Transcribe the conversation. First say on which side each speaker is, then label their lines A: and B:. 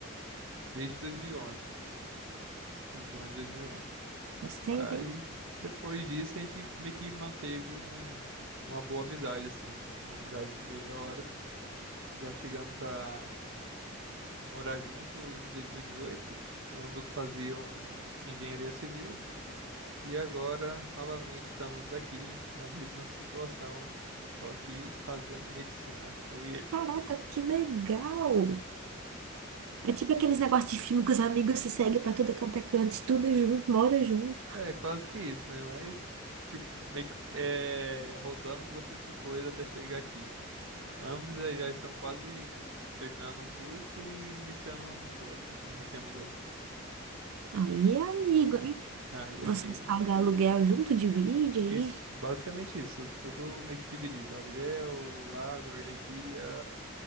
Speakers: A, on the right; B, on the right.
A: desde 2011, desde o ano de 2011.
B: faz tempo,
A: Aí,
B: hein?
A: depois disso, a gente meio que manteve um, uma boa amizade, assim, uma amizade bem da hora. Já chegamos a a morar junto em 2018. Ambos faziam engenharia civil e agora novamente estamos aqui na mesma situação, só que fazendo medicina, eu e ele.
B: Caraca, que legal! É tipo aqueles negócios de filme que os amigos se seguem pra tudo quanto é canto, estuda junto, mora junto.
A: É, quase que isso, né? Mas tipo, meio que é, rodamos bastante coisa até chegar aqui. Ambos aí já estão quase terminando um curso e iniciando outro. Iniciamos outro.
B: Aí é amigo, hein?
A: Aí,
B: Vocês
A: amigo.
B: pagam aluguel junto, divide aí.
A: Isso, basicamente isso. Tudo meio que dividido. Aluguel, água, energia,